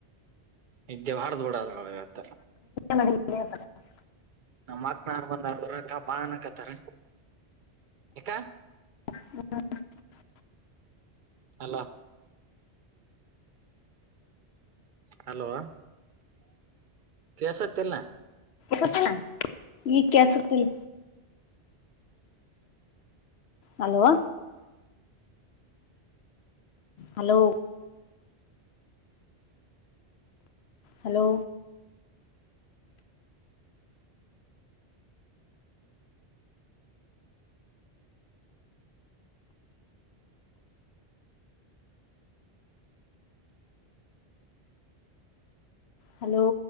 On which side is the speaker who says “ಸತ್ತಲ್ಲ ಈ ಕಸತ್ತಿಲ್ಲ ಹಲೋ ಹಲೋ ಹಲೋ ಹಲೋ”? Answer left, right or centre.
Left